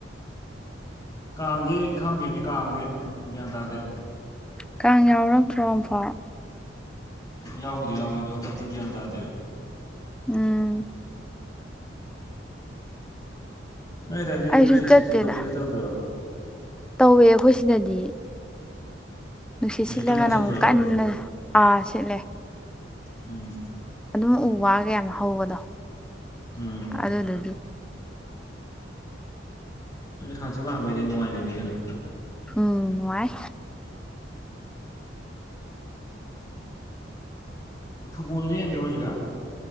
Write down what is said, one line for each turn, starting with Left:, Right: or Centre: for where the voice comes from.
Left: ꯀꯥꯡꯗꯤ ꯈꯪꯗꯦꯅꯦ ꯀꯥꯡꯁꯦ ꯒ꯭ꯌꯥꯟ ꯇꯥꯗꯦ
Centre: ꯀꯥꯡ ꯌꯥꯎꯔꯛꯇ꯭ꯔꯣ ꯑꯃꯐꯥꯎ
Left: ꯌꯥꯎꯕꯨꯗꯤ ꯌꯥꯎꯏ ꯑꯗꯣ ꯍꯟꯗꯛꯇꯤ ꯒ꯭ꯌꯥꯟ ꯇꯥꯗꯦ
Centre: ꯎꯝ
Left: ꯅꯣꯏꯗꯢꯗꯤ
Centre: ꯑꯩꯁꯨ
Left: ꯅꯨꯡꯁꯤꯠ
Centre: ꯆꯠꯇꯦꯗ
Left: ꯁꯤꯠꯄꯤ ꯈꯣꯠꯄꯤꯒꯦ ꯇꯧꯗꯣꯏ꯭ꯔꯣ
Centre: ꯇꯧꯋꯦ ꯑꯩꯈꯣꯏ ꯁꯤꯗꯗꯤ ꯅꯨꯡꯁꯤꯠ ꯁꯤꯠꯂꯒꯅ
Left: ꯀꯪ ꯀꯥꯟ ꯁꯤꯠꯄ꯭ꯔꯕ
Centre: ꯑꯃꯨꯛ ꯀꯟꯅꯥ ꯁꯤꯠꯂꯦ
Left: ꯎꯝ
Centre: ꯑꯗꯨꯝ ꯎ ꯋꯥ ꯀꯌꯥꯝ ꯍꯧꯕꯗꯣ
Left: ꯎꯝ
Centre: ꯑꯗꯨꯗꯨꯒꯤ
Left: ꯍꯪꯖꯤꯠ ꯂꯥꯡꯕ ꯗꯤ ꯅꯅꯨꯡꯉꯥꯏꯕꯤꯅꯤꯒꯅꯣ
Centre: ꯎꯝ ꯅꯨꯡꯉꯥꯏ
Left: ꯐꯨꯠꯕꯣꯜꯗꯤ ꯌꯦꯡꯗ꯭ꯔꯣ ꯍꯧꯖꯤꯛꯒꯥꯟ